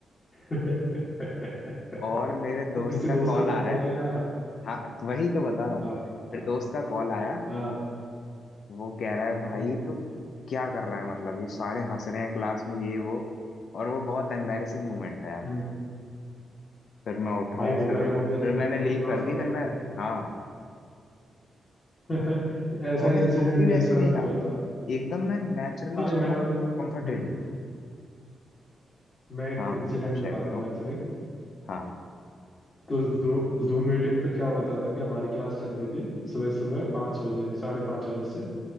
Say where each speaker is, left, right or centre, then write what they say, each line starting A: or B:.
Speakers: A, on the left (about 25°); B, on the left (about 60°).
A: <laughs>
B: और मेरे दोस्त
A: तो किसी
B: का
A: दोस्त
B: कॉल
A: का
B: आ
A: कॉल
B: रहा है
A: नहीं आया
B: हाँ वही तो बता रहा हूँ
A: हाँ
B: फिर
A: हाँ
B: दोस्त का कॉल आया
A: हाँ,
B: वो कह रहा है भाई
A: हम्म
B: तू क्या कर रहा है मतलब ये सारे हंस रहे हैं क्लास में ये वो और वो बहुत एम्बैरेसिंग मोमेंट था यार
A: हम्म
B: फिर मैं उठा
A: भाई
B: हूँ
A: होगा
B: फिर
A: ही ऑब्वियसली
B: फिर मैंने
A: पूरी
B: लीव
A: क्लास
B: कर दी
A: तो
B: फिर
A: मैं
B: मैं हाँ
A: <laughs> ऐसा
B: और मैं
A: इंसिडेंट
B: सो भी वैसे
A: मेरे साथ
B: नहीं
A: भी
B: रहा
A: हुआ था
B: एकदम मैं नेचुरली
A: अरे
B: सो
A: मैं
B: रहा
A: बत
B: हूँ कंफर्टेबली
A: हम्म मैं एक
B: हाँ भाई
A: इंसिडेंट
B: आप
A: बताता
B: शेयर करो
A: हूँ ऐसे ही
B: हाँ
A: तो जू, जूम मीटिंग पे क्या होता था कि हमारी क्लास चल रही थी सुबह सुबह पाँच बजे साढ़े पाँच बजे से